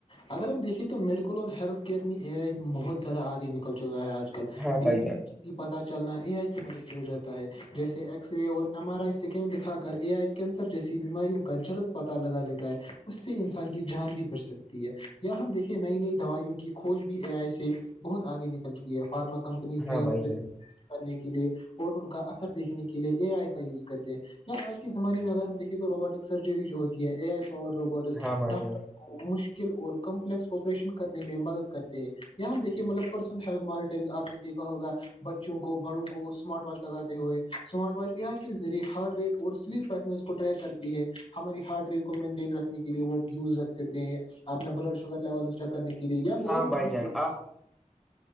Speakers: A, on the left; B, in the centre.
A: اگر ہم دیکھیے تو میڈیکل اور ہیلتھ کیئر میں اے آئی بہت زیادہ آگے نکل چکا ہے آج کل ک
B: ہاں
A: دی
B: بھائی جان
A: کہ پتہ چلنا اے آئی کی مدد سے ہو جاتا ہے جیسے ایکس رے اور ایم آر آئی اسکین دکھا کر اے آئی کینسر جیسی بیماریوں کا جلد پتاہ لگا لیتا ہے اس سے انسان کے جان بھی بڑھ سکتی ہے یا ہم دیکھیے نئی نئی دوائیوں کی کھوج بھی اے آئی سے بہت آگے نکل چکی ہے فارما کمپنیز
B: ہاں
A: نئی
B: بھائی جان
A: کرنے کے لیے اور ان کا اثر دیکھنے کے لیے اے آئی کا یوز کرتے ہیں آج کے زمانے میں اگر ہم دیکیں تو روبوٹک سرجری جو ہوتی ہے اے آئی پاور روبوٹکس
B: ہاں بھائی
A: ڈاکٹر
B: جان
A: مشکل اور کمپلیکس آپریشن کرنے میں مدد کرتے ہیں یہاں ہم دیکھیے مطلب پرسن ہیلتھ مانیٹرنگ آپ نے کہا ہوگا بچوں کو بڑوں کو وہ اسمارٹ واچ لگاتے ہوئے اسمارٹ واچ ا آئی کے ذریعے ہارڈ ریٹ اور سلپ س کو ٹیک کرتی ہے ہماری ہارٹ ریٹ کو مینٹین رکھنے کے لیے وہ یوز رکھ سکتے ہیں اپنا بلڈ شوگر لیول چیک کرنے کے لیے اور
B: ہاں
A: بھی
B: بھائی
A: بہت
B: جان
A: ساری چیز